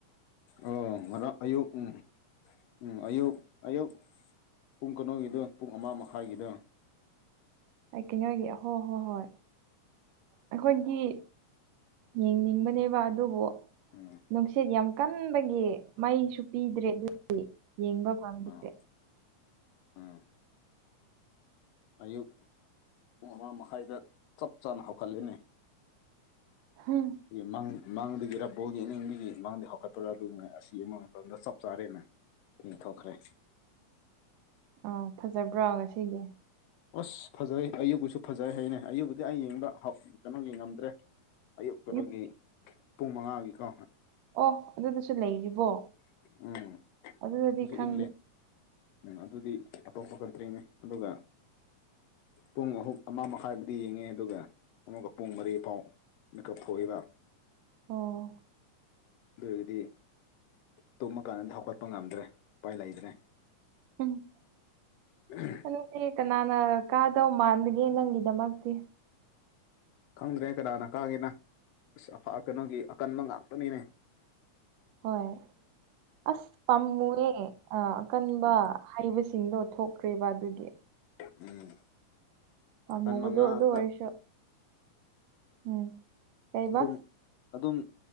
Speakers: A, on the left (about 90°); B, on the right (about 70°).
A: ꯑ ꯃꯔꯝ ꯑꯌꯨ ꯎ ꯎꯝ ꯑꯌꯨꯛ ꯑꯌꯨꯛ ꯄꯨꯡ ꯀꯩꯅꯣꯒꯤꯗꯣ ꯄꯨꯡ ꯑꯃ ꯃꯈꯥꯏꯒꯤꯗꯣ
B: ꯀꯅꯒ ꯍꯣ ꯍꯣ ꯍꯣꯏ ꯑꯩꯈꯣꯏꯒꯤ ꯌꯦꯡꯅꯤꯡꯕꯅꯦꯕ ꯑꯗꯨꯕꯨ
A: ꯎꯝ
B: ꯅꯨꯡꯁꯤꯠ ꯌꯥꯝ ꯀꯟꯕꯒꯤ ꯃꯩꯁꯨ ꯄꯤꯗ꯭ꯔꯦ ꯑꯗꯨꯗꯤ ꯌꯦꯡꯕ ꯄꯝꯗꯁꯦ
A: ꯑꯥ ꯑꯥ ꯑꯌꯨꯛ ꯄꯨꯡ ꯑꯃꯥ ꯃꯈꯥꯏꯗ ꯆꯞ ꯆꯥꯅ ꯍꯧꯒꯠꯂꯦꯅꯦ
B: ꯍꯨꯝ
A: ꯥꯃꯪ ꯃꯪꯗꯒꯤ ꯌꯦꯡ ꯕꯣꯜ ꯌꯦꯅꯤꯡꯕꯤ ꯃꯥꯡꯗ ꯍꯧꯒꯠꯄ꯭ꯔꯥ ꯑꯗꯨꯉꯩ ꯑꯁꯤ ꯃꯇꯝꯗ ꯆꯞ ꯆꯥꯔꯦꯅꯦ ꯌꯦꯡꯊꯣꯛꯈ꯭ꯔꯦ
B: ꯑꯧ ꯐꯖꯕ꯭ꯔꯣ ꯉꯁꯤꯒꯤ
A: ꯑꯁ ꯐꯖꯩ ꯑꯌꯨꯛꯎꯁꯨ ꯐꯖꯩ ꯍꯥꯏꯅꯦ ꯑꯌꯨꯕꯨꯇꯤ ꯑꯩ ꯌꯦꯡꯕ ꯍꯧ ꯌꯦꯡꯉꯝꯗ꯭ꯔꯦ ꯑꯌꯨꯛꯇꯣ
B: ꯑꯌꯨꯛ
A: ꯅꯣꯏꯒꯤ ꯄꯨꯡ ꯃꯪꯉꯥꯒꯤꯀꯣ
B: ꯑꯣ ꯑꯗꯨꯗꯨꯁꯨ ꯂꯩꯔꯤꯕꯣ
A: ꯑꯝ
B: ꯑꯗꯨꯗꯗꯤ ꯈꯪꯗꯦ
A: <inaudible> ꯑꯝ ꯑꯗꯨꯗꯤ ꯑꯇꯣꯞꯄ ꯀꯟꯇ꯭ꯔꯤꯅꯦ ꯑꯗꯨꯒ ꯄꯨꯡ ꯑꯍꯨꯝ ꯑꯃ ꯃꯈꯥꯏꯕꯨꯗꯤ ꯌꯦꯡꯉꯦ ꯑꯗꯨꯒ ꯑꯃꯨꯒ ꯄꯨꯡ ꯃꯔꯤ ꯐꯥꯎ ꯃꯤꯀꯞ ꯊꯣꯛꯏꯕ
B: ꯑꯣ
A: ꯑꯗꯨꯑꯣꯏꯗꯤ ꯇꯨꯝꯃ ꯀꯥꯟꯗ ꯍꯧꯒꯠꯄ ꯉꯝꯗ꯭ꯔꯦ ꯎꯄꯥꯏ ꯂꯩꯇ꯭ꯔꯦ
B: ꯎꯝ
A: <inaudible>
B: ꯑꯗꯨꯅꯦ ꯀꯅꯥꯅ ꯀꯥꯗꯧ ꯃꯥꯟꯒꯦ ꯅꯪꯒꯤꯗꯃꯛꯇꯤ
A: ꯈꯪꯗ꯭ꯔꯦ ꯀꯅꯥꯅ ꯀꯥꯒꯦꯅ ꯑꯁ ꯑꯐꯥ ꯀꯅꯥꯒꯤ ꯑꯀꯟꯕ ꯉꯥꯛꯇꯅꯤꯅꯦ
B: ꯍꯣꯏ ꯑꯁ ꯄꯥꯝꯃꯨꯏꯑꯦ ꯑ ꯑꯀꯟꯕ
A: ꯎꯝ
B: ꯍꯩꯕꯁꯤꯡꯗꯣ ꯊꯣꯛꯈ꯭ꯔꯦꯕ ꯑꯗꯨꯒꯤ
A: ꯎꯝ
B: ꯄꯝꯃꯨꯕꯗꯣ
A: ꯑꯀꯟ ꯃꯉꯥꯛꯇ
B: ꯑꯗꯨ ꯑꯣꯏꯔꯁꯨ ꯎꯝ ꯀꯩꯕ
A: ꯑꯗꯨꯝ ꯑꯗꯨꯝ